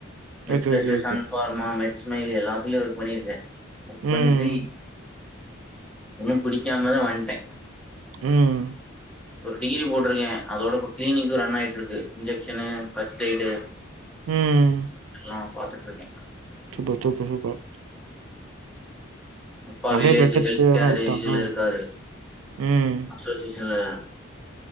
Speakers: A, in the centre; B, on the right.
A: மெட்
B: okay
A: plus
B: okay okay
A: Sun pharma மெட் ஸ்மைலு எல்லாத்லயு ஒர்க் பண்ணியிருக்கே ஒர்க்
B: ம்
A: பண்ணிட்டு ஒன்னு பிடிக்காமதா வந்ட்டே
B: ம்
A: உம் ஒரு டிகிரி போட்ருக்கே அதோடப்ப கிளீனிக்கு ரன் ஆய்ட்டு இருக்கு இன்ஜெக்ஷனு ஃபர்ஸ்ட் எய்டு
B: ம்
A: எல்லா பாத்துட் இருக்கே
B: சூப்பர் சூப்பர் சூப்பர்
A: அப்பா
B: அப்டியே
A: வில்லேஜு
B: பிளட் டெஸ்ட்
A: ஹெல்த்
B: எதனா
A: கேரு
B: எடுத்துட்டாங்களா
A: இதுல இருக்காரு
B: ம்
A: ச ஸ்டேஷன்ல